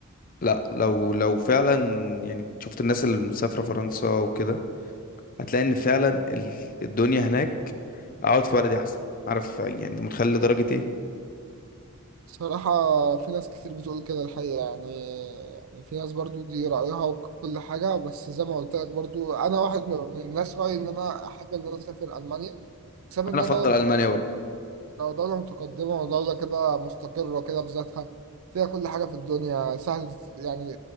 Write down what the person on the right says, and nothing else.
الصراحة في ناس كتير بتقول كده الحقيقة يعني يعني في ناس برضو دي رأيها وكل حاجة بس زي ما قلت لك برضو أنا واحد من من الناس رأيي إن أنا أحب إن أنا أسافر ألمانيا بسبب إنها
دولة
مت...
لو دولة متقدمة ودولة كده مستقرة كده بذاتها فيها كل حاجة في الدنيا سهل يعني